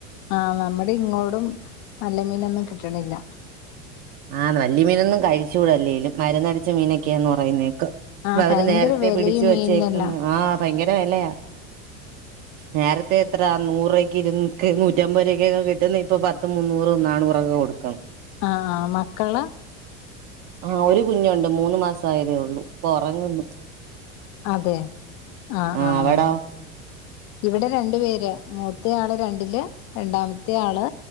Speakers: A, on the left; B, on the right.
A: ആഹ് നമ്മുടെ ഇങ്ങോടും നല്ല മീനൊന്നും കിട്ടണില്ല
B: ആഹ് വല്യ മീനൊന്നും കഴിച്ചൂട അല്ലേലും മരുന്നടിച്ച മീനൊക്കെയാന്ന് പറയുന്നേക്കാം
A: ആഹ്
B: അപ്പൊ അവര്
A: ഭയങ്കര
B: നേരത്തെ
A: വിലയും
B: പിടിച്ചു വെച്ചേക്കുന്നു
A: മീനിനെല്ലാം
B: ആഹ് ഭയങ്കര വെലയാ നേരത്തെ എത്ര നൂറൂവയ്ക്ക് ഇരുന്നൂറ്റി നൂറ്റമ്പത് രൂപക്കൊക്കെ കിട്ടുന്ന ഇപ്പൊ പത്ത് മുന്നൂറും നാന്നൂറൊക്കെ കൊടുക്കണം
A: ആഹ് ആഹ് മക്കള്
B: ആഹ് ഒരു കുഞ്ഞുണ്ട് മൂന്ന് മാസായതേ ഉള്ളൂ ഇപ്പൊ ഒറങ്ങുന്നു
A: അതെ ആഹ്
B: ആഹ്
A: ആഹ്
B: അവിടോ
A: ഇവിടെ രണ്ടു പേര് മൂത്ത ആള് രണ്ടില് രണ്ടാമത്തെ ആള്